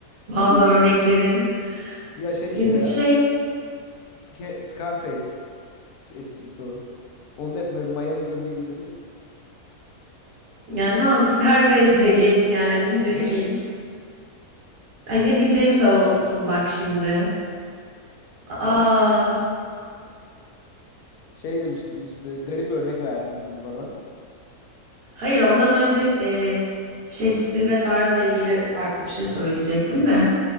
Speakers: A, on the right; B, on the left.
A: bazı
B: <laughs>
A: örneklerin
B: Ya şey işte
A: yani
B: ya.
A: şey
B: Sca- Scarface esprisi o. Onda hep böyle Miami gömleği giyiyordu ya.
A: yani tamam Scarface de geç yani <laughs> ne
B: <laughs>
A: bileyim Ay ne diyeceğimi de unuttum bak şimdi. Aa,
B: Şey demiştim işte garip örnek verdin dedim bana.
A: hayır ondan önce e, şey stil ve tarzla ilgili farklı bir şey söyleyecektim de.